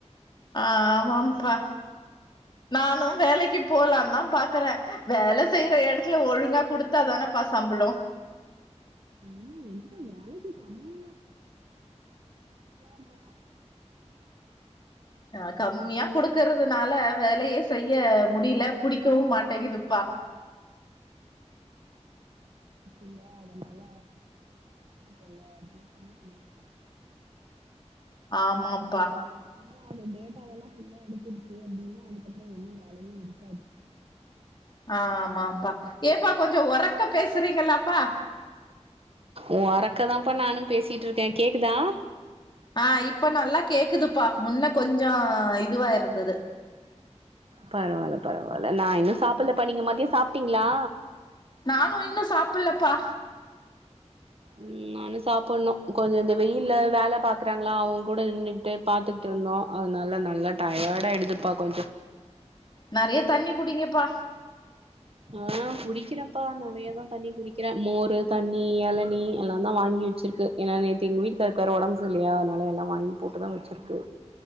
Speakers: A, on the left; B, on the right.
A: ஆமாம்ப்பா நானும் வேலைக்கு போலான் தா பாக்கற வேல செய்ற எடத்துல ஒழுங்கா குடுத்தா தானப்பா சம்புளம்
B: ம் என்னமோ வேலைக்கி தனமும் இப்ப
A: ஆ கம்மியா குடுக்கறதுனால வேலயே செய்ய முடில புடிக்கவும் மாட்டேங்கிதுப்பா
B: இல்ல அதனால சொல்ல அடுத்து கம்மி பண்ணியா
A: ஆமாம் ப்பா
B: இன்னு அது டேட்டாவெல்லா ஃபுல்லா எத்துடுச்சு அப்டின்னா அதுக்கப்புற ஒன்னு வேலயு இருக்காது
A: அ ஆமாப்பா ஏப்பா கொஞ்சோ ஒரக்க பேசுறீங்களாப்பா
B: ஒறக்கதான்ப்பா நானு பேசிட்ருக்கே கேக்குதா
A: ஆ இப்ப நல்லா கேக்குதுப்பா முன்ன கொஞ்சோ இதுவா இருந்தது
B: பரவால்ல பரவால்ல நா இன்னு சாப்புல்ல பா நீங்க மதியோ சாப்ட்டீங்ளா
A: நானு இன்னு சாப்புல்லப்பா
B: ம் நானு சாப்புண்ணு கொஞ்சோ இந்த வெயில்ல வேல பாக்குறாங்களா அவங் கூட நின்னுகிட்டு பாத்துட்டுருந்தோ அதுனால நல்லா டயர்டாய்டுதுப்பா கொஞ்சோ
A: நறைய தண்ணி குடிங்கப்பா
B: ஆ குடிக்கிறன்ப்பா நறைய தா தண்ணி குடிக்கிற மோரு தண்ணி எளநி எல்லாந்தா வாங்கி வச்சிருக்கு ஏன்னா நேத்து எங்க வீட்டு்காருக்கு வேற ஒடம்பு சரி இல்லயா அதுனால எல்லா வாங்கி போட்டு தா வச்சிருக்கு